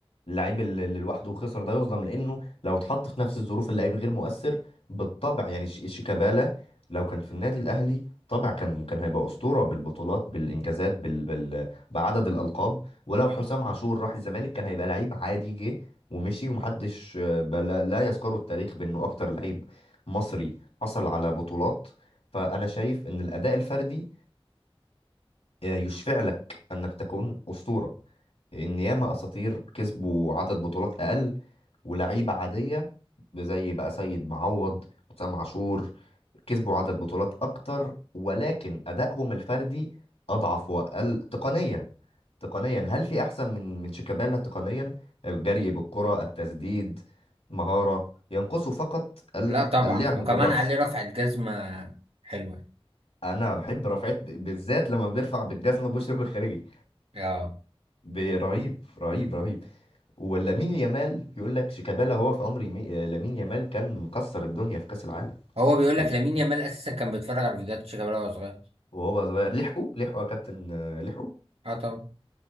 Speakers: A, on the left (about 80°); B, on the right (about 85°).
A: اللعيب اللي اللي لوحده خسر ده يظلم لانه لو اتحط في نفس الظروف اللعيب غير مؤثر بالطبع يعني ش- شيكابالا لو كان في النادي الاهلي طبعا كان كان هيبقى اسطوره بالبطولات بالانجازات بال... بال... بعدد الالقاب ولو حسام عاشور راح الزمالك كان هيبقى لعيب عادي جه ومشي ومحدش آه، بلا... لا يذكره التاريخ بانه اكتر لعيب مصري حصل على بطولات فانا شايف ان الاداء الفردي آه، يشفع لك انك تكون اسطوره لان ياما اساطير كسبوا عدد بطولات اقل ولاعيبه عاديه زي بقى سيد معوض وسام عاشور كسبوا عدد بطولات اكتر ولكن ادائهم الفردي اضعف واقل تقنيا تقنيا هل في احسن من من شيكابالا تقنيا الجري بالكره التسديد مهاره ينقصه فقط ال-
B: لا طبعا
A: اللعب
B: وكمان
A: بالراس
B: عليه رفعت جزمه حلوه
A: انا بحب رفعت بالذات لما بيرفع بالجسم بوش رجله الخارجي
B: اه
A: ب- رهيب رهيب رهيب ولامين يامال بيقول لك شيكابالا هو في عمر يمي... لامين يامال كان مكسر الدنيا في كأس العالم
B: هو بيقول
A: للأسف
B: لك لامين يامال اساسا كان بيتفرج على فيديوهات شيكابالا وهو صغير
A: وهو صغير لحقه لحقه يا كابتن آه، لحقه
B: اه طبعا